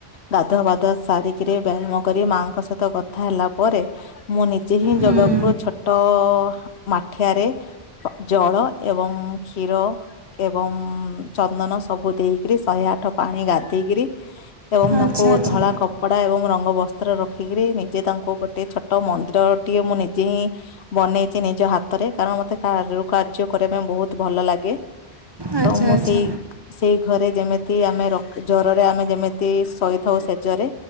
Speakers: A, on the left (about 75°); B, on the right (about 25°).
A: ଗାଧୁଆ ପାଧୂଆ ସାରିକି ବ୍ୟାୟାମ କରି, ମାଆଙ୍କ ସହିତ କଥା ହେ ହେଲା ପରେ, ମୁଁ ନିଜେ ହିଁ
B: ହୁଁ
A: ଜାଗାକୁ ଛୋଟ ମାଠିଆରେ ଜଳ ଏବଂ କ୍ଷୀର ଏବଂ ଚନ୍ଦନ ସବୁ ଦେଇକରି ଶହେ ଆଠ ପାଣି ଗାଧେଇକିରି ଏବଂ ତାଙ୍କୁ
B: ଆଚ୍ଛା ଆଚ୍ଛା
A: ଧଳା କପଡା ଏବଂ ର ତାଙ୍କ ବସ୍ତ୍ର ରଖିକିରି, ନିଜେ ତାଙ୍କୁ ଗୋଟେ ଛୋଟ ମନ୍ଦିର ଟିଏ, ମୁଁ ନିଜେ ହିଁ ବନେଇଛି ନିଜ ଏ ହାତରେ କାରଣ ମତେ କାର-କାର୍ଯ୍ୟ କରିବା ପାଇଁ, ବହୁତ ଭଲ ଲାଗେ।
B: ଆଚ୍ଛା
A: ତ ମୁଁ
B: ଆଚ୍ଛା
A: ସେଇ, ସେଇ ଘରେ ଯେମିତି ଆମେ ଜରରେ ଆମେ ଯେମିତି ଶୋଇଥାଉ ସେଜରେ,